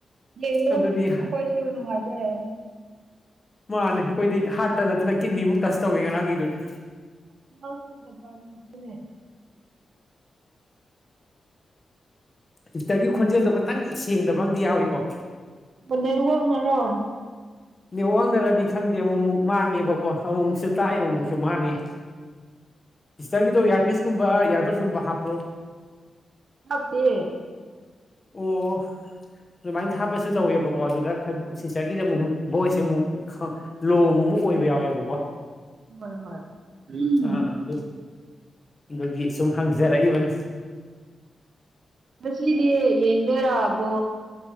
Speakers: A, on the right (about 65°); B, on the left (about 30°).
A: ꯌꯦꯡꯗ꯭ꯔ
B: ꯑꯗꯨꯗꯤ
A: ꯑꯩꯈꯣꯏꯁꯨ ꯅꯨꯡꯉꯥꯏꯖꯩ
B: ꯃꯥꯅꯦ ꯑꯩꯈꯣꯏꯗꯤ ꯍꯥꯔꯠꯇ ꯅꯠꯇꯅ ꯀꯤꯠꯅꯤꯕꯨꯛ ꯇꯁ ꯇꯧꯋꯦ ꯉꯔꯥꯡꯒꯤꯗꯨꯗꯤ
A: ꯑ ꯆꯗ ꯄꯝ ꯃꯅꯦ
B: ꯍꯤꯛꯇꯔꯒꯤ ꯈꯣꯟꯖꯦꯜꯗꯣ ꯈꯇꯪ ꯁꯦꯡꯗꯕ ꯑꯝ ꯌꯥꯎꯏꯀꯣ
A: ꯅꯦꯔ ꯋꯥꯅꯔꯣ
B: ꯅ ꯋꯥꯡꯅꯔꯗꯤ ꯈꯪꯗꯦ ꯑꯃꯨꯛ ꯃꯨꯛ ꯃꯥꯡꯉꯦꯕꯀꯣ ꯑꯃꯨꯛꯃꯨꯛꯁꯨ ꯇꯔꯥ ꯑꯃꯨꯃꯨꯛꯁꯨ ꯃꯥꯡꯉꯦ ꯏꯁꯇꯔꯒꯤꯗꯣ ꯏꯌꯥꯔꯄꯤꯤꯁꯀꯨꯝꯕ ꯏꯌꯥꯔꯕꯠꯀꯨꯝꯕ ꯍꯥꯞꯄ꯭ꯔꯣ
A: ꯍꯥꯞꯇꯦ
B: ꯑꯣ ꯑꯗꯨꯃꯥꯏꯅ ꯊꯥꯄꯁꯨ ꯇꯧꯋꯦꯕꯀꯣ ꯑꯗꯨꯗ ꯈꯔ ꯁꯤꯁꯇꯔꯒꯤꯁꯗ ꯑꯃꯨꯛꯛ ꯚꯣꯏꯁꯁꯦ ꯑꯃꯨꯛ ꯂꯣ ꯑꯃꯃꯨꯛ ꯑꯣꯏꯕ ꯌꯥꯎꯋꯦꯕꯀꯣ
A: ꯍꯣꯏ ꯍꯣꯏ ꯎꯝ
B: ꯑꯥ ꯑꯗꯨ ꯑꯗꯨꯒꯤ ꯁꯨꯝ ꯍꯪꯖꯔꯛꯏꯕꯅꯤ
A: ꯉꯁꯤꯗꯤ ꯌꯦꯡꯗꯣꯏꯔꯛꯕꯣ